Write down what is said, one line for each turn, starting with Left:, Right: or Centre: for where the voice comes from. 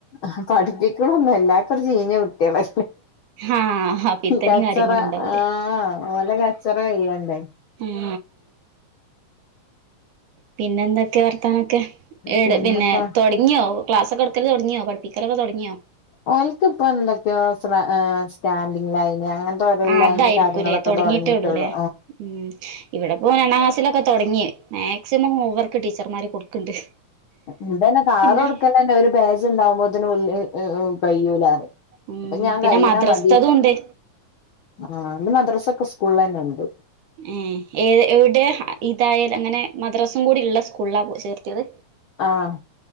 Left: ആ പഠിപ്പിക്കണന്നോ എല്ലാക്കറും ചീഞ്ഞ കുട്ടികളെെ
Right: ആഹ് അപ്പൊ ഇത്തന്നെയും
Left: കച്ചറ
Right: കാര്യങ്ങളും ഉണ്ടാവൂലേ
Left: ആഹ ലെ കച്ചറ കെയ്യണ്ടേ
Right: ആ പിന്നെ എന്തൊക്കെ വർത്താനൊക്കെ
Left: പിന്നെപ്പ
Right: ട് പിന്നെ തുടങ്ങിയോ ക്ലാസ്ൊക്കെ എടുക്കല് തുടങ്ങിയോ പഠിപ്പിക്കലൊക്കെ തുടങ്ങിയോ
Left: ഓക്ക് ഇപ്പൊ എന്തൊക്കെയോ സ്റ്റാൻഡിങ് ലൈന അങ്ങനെത്തെോരയില്ല
Right: ആ അതായിരിക്കൂല്ലേ
Left: അതിന് കാര്യങ്ങളൊക്കെ
Right: തുടങ്ങിയിട്ടേ
Left: തുടങ്ങിയിട്ടുള്ളു
Right: ഉള്ളൂല്ലേ ഉം ഇവിടെ പോ രണ്ടാം ക്ലാസിലൊക്കെ തുടങ്ങിയ മാക്സിമം വർക്ക് ടീച്ചർമാർ കൊടുക്കണ്ട്
Left: ഇന്തന്നെ കാർ
Right: പിന്നെ
Left: കൊടുക്കലന്നെ ഒരു പേജ് ഉണ്ടാവുമ്പോത്തിന് ഉ കഴിയൂലാ
Right: ഉം
Left: അപ്പൊ ഞാൻ
Right: പിന്നെ
Left: കഴന
Right: മദ്രസ്ത്തതും
Left: മതി
Right: ഉണ്ട്
Left: ആ അ മദ്രാസൊക്കെ പുള്ളനുണ്ട്
Right: ഏ ഏ എവിടെ ഇതായാലൽ അങ്ങനെ മദ്രാസും കൂടി ഉള്ള സ്കൂളാ പോ ചേർത്തിയത്
Left: ആഹ